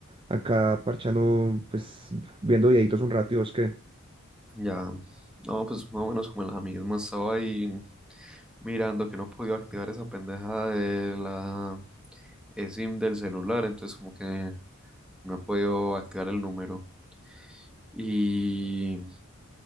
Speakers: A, on the right; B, in the centre.
A: acá parchando, pues, viendo videitos un rato y vos qué.
B: ya. No, pues más o menos como en la misma. Estaba ahí mirando que no podía activar esa pendeja de la SIM del celular, entonces como que no he podido activar el número. Y...